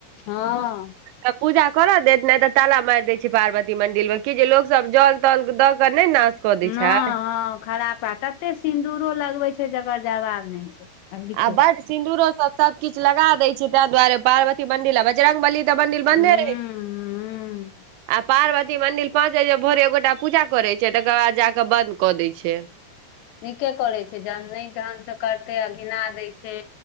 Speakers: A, on the left; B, on the right.
A: ह
B: तऽ पूजा करऽ देत नहि तऽ ताला मारि दय छै पार्वती मंदिर मे कि जे लोक सभ जल तल दऽ के नहि नाश कऽ दै
A: नहि
B: छै
A: ह खरापात ततेक सिन्दूरो लगबैत छै जकर जवाब नहि छै आब लिखू
B: आ
A: हूँ
B: बड़ सिन्दरो सभ सभ किछु लगा देय छै ताहि दुआरे पार्वती मंदिर आ बजरगबली त बन्दिल बन्दे
A: हूँ
B: रहे आ पार्वती मंदिर पाँच बजे भोरे एगोटा पूजा करे छै तकर बाद जाके बंद कऽ देय छै
A: नीके करे छै जहन नहि ढन से करते आ घिना देय छै।